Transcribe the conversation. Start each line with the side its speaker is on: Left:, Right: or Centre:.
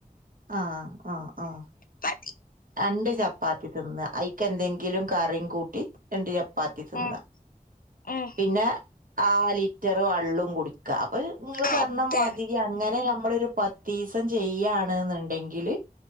Right: ആഹ് ആഹ് ആഹ്
Left: ചപ്പാത്തി
Right: രണ്ട് ചപ്പാത്തി തിന്ന് അഐക്ക് എന്തെങ്കിലും കറിയും കൂട്ടി രണ്ട് ചപ്പാ പത്തിതിന്ന-
Left: ഉം, ഉം.
Right: പിന്നെ ആ ലിറ്റർ വെള്ളും കുടിക്കുക- അ നിങ്ങള്
Left: അത്
Right: പറഞ്ഞാൽ മതിരി അങ്ങനെ നമ്മളരു പത്ത് ദിവസം ചെയ്യാണ് എന്നുണ്ടെങ്കില്